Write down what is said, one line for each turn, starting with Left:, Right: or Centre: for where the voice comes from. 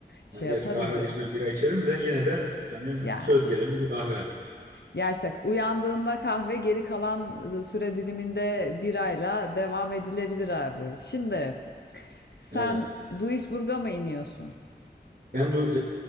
Left: Şey
Right: Yani gerçi
Left: yaparız
Right: kahve
Left: ya.
Right: de içmem bira içerim de yine de hani
Left: Yani.
Right: söz gelimi bir kahve.
Left: Ya işte uyandığında kahve geri kalan e, süre diliminde birayla devam edilebilir abi. Şimdi sen
Right: Evet.
Left: Duisburg'a mı iniyorsun?
Right: Ben du